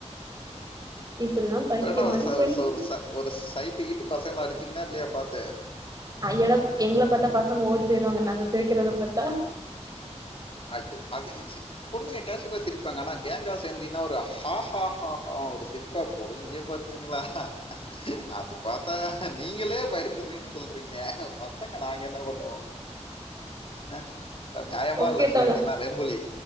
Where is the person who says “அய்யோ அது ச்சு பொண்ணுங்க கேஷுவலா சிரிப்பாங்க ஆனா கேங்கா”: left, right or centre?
Left